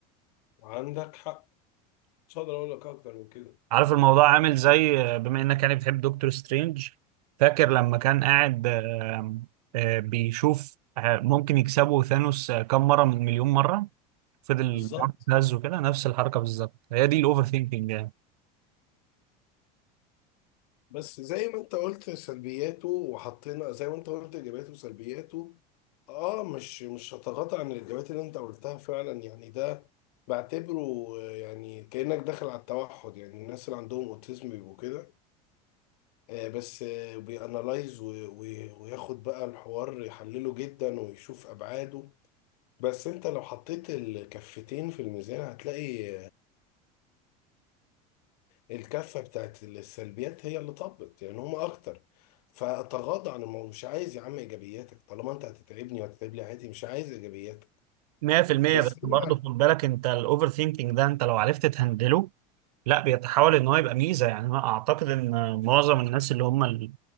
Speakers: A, on the left (about 80°); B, on the right (about 85°).
A: عندك حق مش هقدر اقول لك اكتر من كده
B: عارف الموضوع عامل زي آه، بما انك يعني بتحب دكتور سترينج فاكر لما كان قاعد آه، آه، بيشوف آه، ممكن يكسبوا ثانوس آه، كم مره من مليون مره فضل
A: بالظبط
B: يهز وكده نفس الحركه بالظبط هي دي الاوفر ثينكينج
A: بس زي ما انت قلت سلبياته وحطينا زي ما انت قلت ايجابياته وسلبياته اه مش مش هتغاضى عن الايجابيات اللي انت قلتها فعلا يعني ده بعتبره آه، يعني كانك داخل على التوحد يعني الناس اللي عندهم اوتيزم بيبقوا كده آه بس آه بيانالايز و- و- وياخد بقى الحوار يحلله جدا ويشوف ابعاده بس انت لو حطيت الكفتين في الميزان هتلاقي الكفة بتاعت السلبيات هي اللي طبت يعني هما أكتر فأتغاضى عن الموضوع مش عايز يا عم إيجابياتك طالما أنت هتتعبني وهتتعب لي عادي مش عايز إيجابياتك
B: مية في المية
A: بس
B: بس برضه
A: هي
B: خد بالك انت الاوفر ثينكينج ده انت لو عرفت تهندله لا بيتحول ان هو يبقى ميزة يعني انا اعتقد ان معظم الناس اللي هم ال-